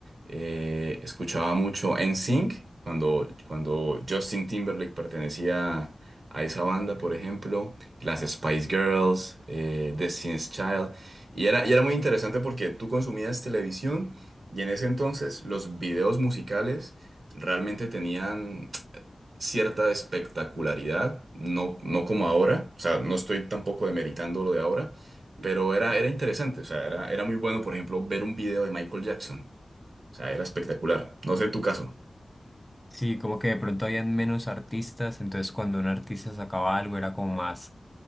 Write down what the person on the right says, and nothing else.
eh, escuchaba mucho NSYNC cuando, cuando Justin Timberlake pertenecía a esa banda, por ejemplo, las Spice Girls, eh, Destiny's Child. Y era, y era muy interesante porque tú consumías televisión y en ese entonces los videos musicales realmente tenían cierta espectacularidad, no, no como ahora, o sea, no estoy tampoco demeritando lo de ahora, pero era, era interesante, o sea, era, era muy bueno, por ejemplo, ver un video de Michael Jackson, o sea, era espectacular, no sé en tu caso.